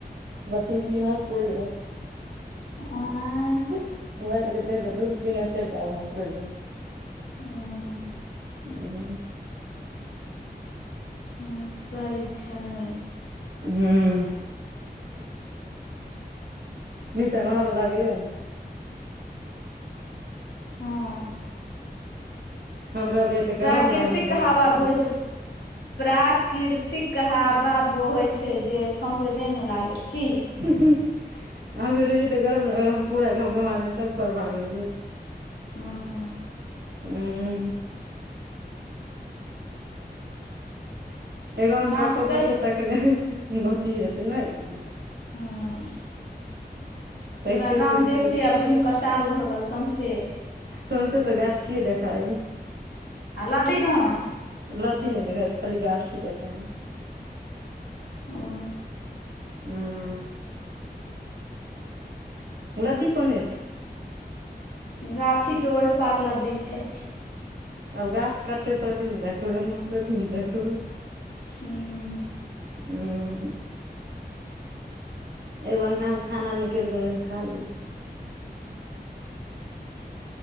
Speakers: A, on the right (about 75°); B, on the left (about 75°).
A: भतीजी हसै य।
B: आँय।
A: मोबाइलके देख कऽ दूध पीना चढ़िकऽ आब हँसैय।
B: हूँ।
A: <inaudible>
B: हसय छै।
A: ह्म्म नीचामे हवा लागैय न।
B: हाँ
A: हम रहलियै तऽ गरम
B: प्राकृतिक
A: लागल हम भागि
B: हवा
A: के
B: बहै छै। प्राकृतिक हवा बहै छै जे सौसे देह मे लागै छै कि?
A: ही ही अहाँ मे रहियै तऽ गरम ला हम पूरा घम घमा ले तब। उपर भागलियै,
B: हूँ
A: उम्म। एगो हम
B: बात
A: पक्को
B: कैर
A: परसऽ ताकनै बाँकिए छै नहि?
B: हां
A: तकिते
B: पूरा गाँव
A: तकिते
B: देख लिअ
A: तकिते
B: आ घुमिकऽ चारू भगल सौँसे।
A: सौस्ते तऽ गाछि छियए देखाइ।
B: आ लदी नहिय।
A: लद्दी नहि देखै छै खाली गाछी देखाये छै।
B: ओ।
A: ह्म्म लदी कने छै?
B: गाछी के ओहि पार लदी छै।
A: आब गाछ कटतै तभी ने देखबै एना थोड़ी ने देखबै?
B: हूँ।
A: ह्म्म। एगो अंगना मे खाना निकलि गेले हन खा ली। <inaudible>